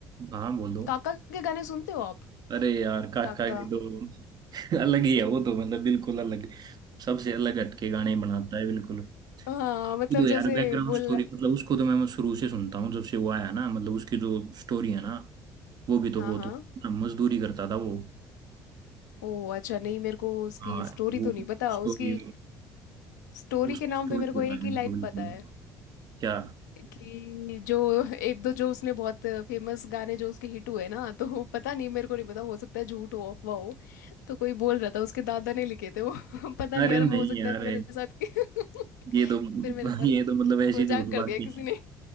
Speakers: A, on the right; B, on the left.
A: हाँ बोलो
B: काका के गाने सुनते हो आप
A: अरे यार काका
B: काका
A: की तो <laughs> अलग ही है वो तो मतलब बिल्कुल अलग सबसे अलग हटके गाने बनाता है बिल्कुल
B: हाँ मतलब
A: ये तो
B: जैसे
A: यार बैकग्राउंड
B: बोलना
A: स्टोरी मतलब उसको तो मैं शुरू से सुनता हूँ जब से वो आया ना मतलब उसकी जो स्टोरी है ना वो भी तो
B: हाँ
A: बहुत
B: हाँ
A: मजदूरी करता था वो
B: ओ अच्छा नहीं मेरे को उसकी
A: हाँ
B: स्टोरी
A: वो
B: तो नहीं पता
A: स्टोरी
B: उसकी स्टोरी
A: उसकी
B: के नाम
A: स्टोरी
B: पे मेरे को
A: बताई
B: एक
A: मेरे
B: ही लाइन
A: को बिल्कुल
B: पता है
A: क्या
B: कि जो एक दो जो उसने बहुत फेमस गाने जो उसके हिट हुए ना तो पता नहीं मेरे को नहीं पता हो सकता है झूठ हो अफवाह हो तो कोई बोल रहा था उसके दादा ने लिखे थे वो <laughs> पता नहीं
A: अरे
B: यार
A: नहीं
B: हो सकता
A: यार
B: है मेरे साथ <laughs>
A: ये तो
B: फिर मेरे साथ
A: ये तो मतलब ऐसी
B: मजाक
A: झूठ
B: कर
A: बातें
B: दिया किसी ने